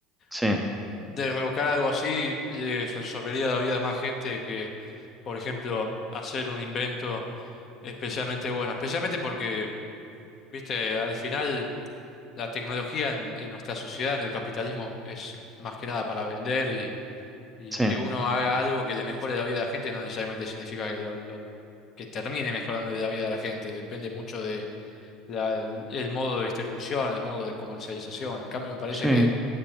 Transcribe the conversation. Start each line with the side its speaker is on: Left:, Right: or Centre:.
Centre: Sí,
Left: mm, derrocar algo así le resolvería la vida a más gente que, por ejemplo, hacer un invento especialmente bueno. Especialmente porque, viste, al final la tecnología en, en nuestra sociedad, en el capitalismo, es más que nada para vender y Y
Centre: sí,
Left: que uno haga algo que le mejore la vida a la gente no necesariamente significa que, lo- lo- que termine mejorando la vida de la gente. Depende mucho de la- el modo de distribución, el modo de comercialización. En cambio, me parece
Centre: sí.
Left: que